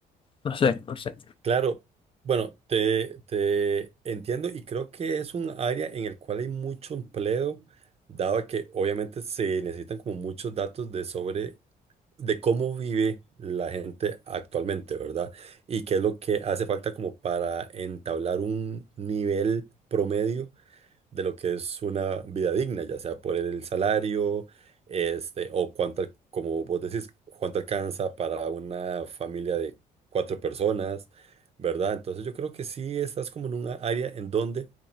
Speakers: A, on the left (about 35°); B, on the right (about 40°).
A: no sé, no sé.
B: Claro, bueno, te, te entiendo y creo que es un área en el cual hay mucho empleo, dado que obviamente se necesitan como muchos datos de sobre de cómo vive la gente actualmente, ¿verdad? Y qué es lo que hace falta como para entablar un nivel promedio de lo que es una vida digna, ya sea por el salario, este, o cuánto, al- como vos decís, cuánto alcanza para una familia de cuatro personas, ¿verdad? Entonces yo creo que sí estás como en una área en donde